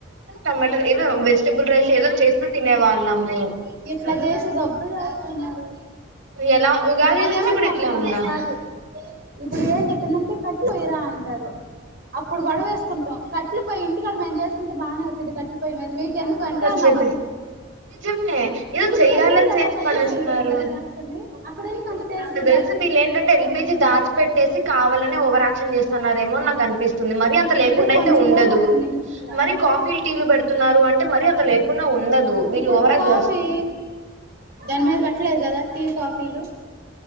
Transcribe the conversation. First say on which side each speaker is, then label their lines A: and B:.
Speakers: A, on the right; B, on the right.
A: టమాటా ఏదో వెజిటబుల్ రైస్ ఏదో చేస్తూ తినే వాళ్ళము
B: ఎ కద ఎట్లా చేసి గబ్బు లేపుతున్నారు
A: ఎలా ఉగాది
B: అదేమంటే
A: నుంచి ఇప్పుడు ఇట్లా
B: అక్క
A: ఉందా
B: కాదు ఇప్పుడు ఏం చెప్పిందంటే కట్లు వెయ్యరా అంటారు అప్పుడు గొడవ వేసుకుంటాం కట్ పోయి ఇంటికాడ మేము చేసుకుంటే బాగానే వచ్చేది కట్లు పోయి మీకు ఎందుకు అంటే
A: వచ్చేది
B: అ నవ్వుతురు
A: నిజమే ఏదో
B: ఇప్పుడు
A: చెయ్యాలని
B: పెళ్లిళ్లలో
A: చేసి
B: కట్లపొయ్యిలు
A: పడేస్తున్నారు
B: పెట్టి కథ చేస్తుంది అక్కడ ఎందుకు టేస్టీగా
A: రోజు
B: చేస్తా ఉండే
A: వీళ్ళ ఏంటంటే ఎల్పిజీ దాచి పెట్టేసి కావాలని ఓవరాక్షన్ చేస్తున్నారేమో నాకు అనిపిస్తుంది మరి అంత లేకుండా అయితే
B: కొంచెం
A: ఉండదు
B: కూడా రాకుండా ఎందుకుంటది అక్క
A: మరి కాఫీ లు టీ లు పెడ న్నారు అంటే మరి అంత లేకుండా ఉండదు వీళ్ళు
B: ఇప్పుడు
A: ఓవరాల్
B: కాఫీ
A: చేస్త
B: దాని మీద పెట్టలేదు కదా టీ కాఫీలు